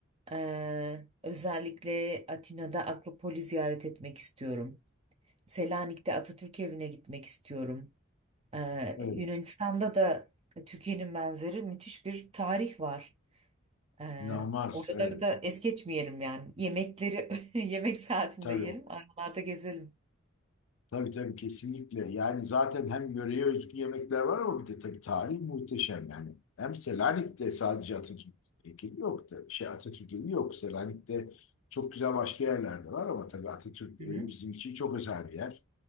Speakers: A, on the right (about 30°); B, on the left (about 75°).
A: Ee, özellikle Atina'da Akropol'i ziyaret etmek istiyorum. Selanik'te Atatürk Evi'ne gitmek istiyorum. Ee,
B: Evet.
A: Yunanistan'da da Türkiye'nin benzeri müthiş bir tarih var. Ee,
B: İnanılmaz,
A: oraları
B: evet.
A: da es geçmeyelim yani. Yemekleri <laughs> yemek saatinde
B: Tabii,
A: yiyelim, aralarda gezelim.
B: tabii tabii kesinlikle. Yani zaten hem yöreye özgü yemekler var ama bir de tabii tarih muhteşem yani. Hem Selanik'te sadece Atatürk heykeli yok da şey Atatürk evi yok. Selanik'te çok güzel başka yerlerde var ama tabii Atatürk evi
A: Hı hı.
B: bizim için çok özel bir yer.